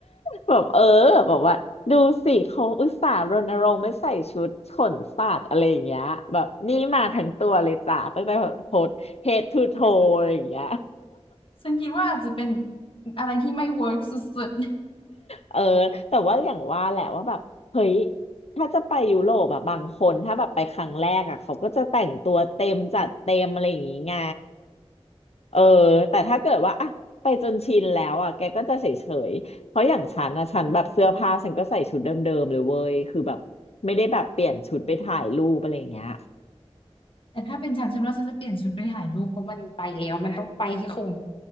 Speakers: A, on the left; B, on the left.
A: แบบเออแบบว่าดูสิเขาอุตส่าห์รณรงค์ไม่ใส่ชุดขนสัตว์อะไรอย่างเงี้ยแบบนี่มาทั้งตัวเลยจ้ะตั้งแต่แบบโพสเฮดทูโทอะไรอย่างเงี้ย
B: ฉันคิดว่าอาจจะเป็นอะไรที่ไม่ work สุด
A: เออแต่ว่าอย่างว่าแหละว่าแบบเฮ้ยถ้าจะไปยุโรปอะบางคนถ้าแบบไปครั้งแรกอะเขาก็จะแต่งตัวเต็มจัดเต็มอะไรอย่างงี้ไง เออแต่ถ้าเกิดว่าอะไปจนชินแล้วอะแกก็จะเฉยๆเพราะอย่างฉันนะฉันแบบเสื้อผ้าฉันก็ใส่ชุดเดิมๆเลยเว้ยคือแบบไม่ได้แบบเปลี่ยนชุดไปถ่ายรูปอะไรอย่างเงี้ย
B: ๆแต่ถ้าเป็นฉันฉันว่าฉันจะเปลี่ยนชุดไปถ่ายรูปเพราะมันไปแล้วมันต้องไปคือคุ้ม